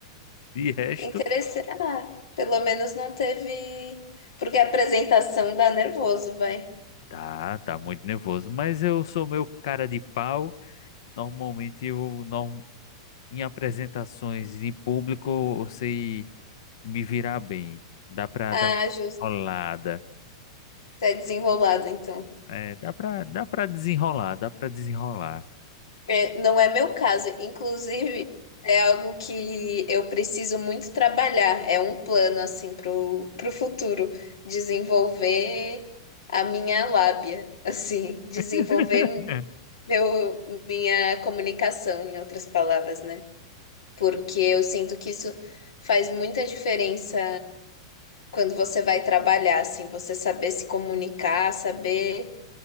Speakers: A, on the left (about 65°); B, on the left (about 85°).
A: De resto.
B: Interessante. Ah, pelo menos não teve. Porque a apresentação dá nervoso, vai.
A: Tá, tá muito nervoso, mas eu sou meu cara de pau. Normalmente eu não em apresentações em público eu sei me virar bem. Dá pra
B: Ah,
A: dar uma
B: justo.
A: enrolada.
B: Você é desenrolado, então.
A: É, dá pra, dá pra desenrolar, dá pra desenrolar.
B: É, não é meu caso. Inclusive, é algo que eu preciso muito trabalhar. É um plano, assim, pro, pro futuro. Desenvolver a minha lábia, assim. Desenvolver
A: <laughs>
B: meu, minha comunicação, em outras palavras, né? Porque eu sinto que isso faz muita diferença quando você vai trabalhar, assim. Você saber se comunicar, saber.